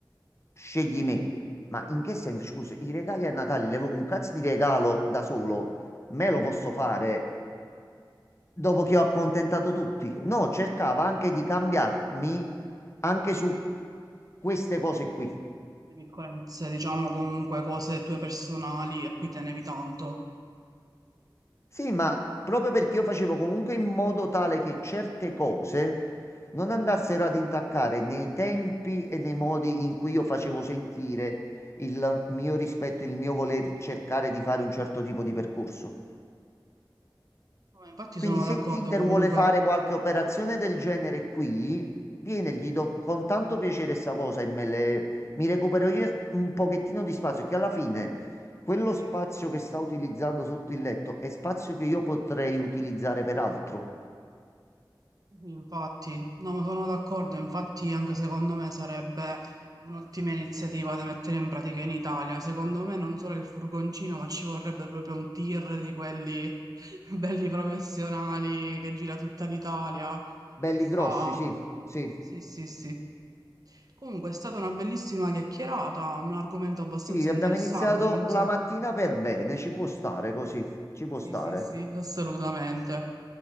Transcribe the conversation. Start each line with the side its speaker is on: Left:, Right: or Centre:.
Left: Scegli me. Ma in che senso? Scusa, i regali a Natale, levo- un cazzo di regalo da solo, me lo posso fare dopo che ho accontentato tutti? No, cercava anche di cambiarmi anche su queste cose qui.
Right: le piccolezze, diciamo comunque cose tue personali a cui tenevi tanto.
Left: Sì, ma proprio perché io facevo comunque in modo tale che certe cose non andassero
Right: Mm.
Left: ad intaccare nei tempi e nei modi in cui io facevo sentire il mio rispetto, il mio voler cercare di fare un certo tipo di percorso.
Right: Vabbè, infatti
Left: Quindi
Right: sono
Left: se
Right: d'accordo
Left: Tinder
Right: comunque.
Left: vuole fare qualche operazione del genere qui, viene, gli do con tanto piacere sta cosa e me le- mi recupero io un pochettino di spazio, che alla fine quello spazio
Right: Sì.
Left: che sta utilizzando sotto il letto è spazio che io potrei utilizzare per altro.
Right: Infatti, no, ma sono d'accordo, infatti anche secondo me sarebbe un'ottima iniziativa da mettere in pratica in Italia. Secondo me non solo il furgoncino, ma ci vorrebbe proprio un tir di quelli <laughs> belli professionali che gira tutta l'Italia
Left: Belli
Right: e fa...
Left: grossi, sì, sì.
Right: Sì, sì, sì. Comunque è stata una bellissima chiacchierata, un argomento abbastanza
Left: Sì,
Right: interessante,
Left: abbiamo iniziato
Right: non so.
Left: la mattina per bene, ci può stare così, ci può
Right: Sì,
Left: stare.
Right: sì, sì, assolutamente.